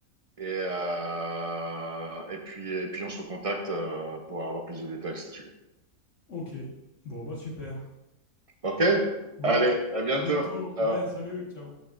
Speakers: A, on the right (about 30°); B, on the left (about 60°).
A: et, euh, et puis, et puis on se recontacte euh, pour avoir plus de détails si tu veux.
B: Ok, bon, bah super.
A: OK?
B: Ouais,
A: Allez, à bientôt.
B: à bientôt.
A: Ciao.
B: Ouais, salut, ciao.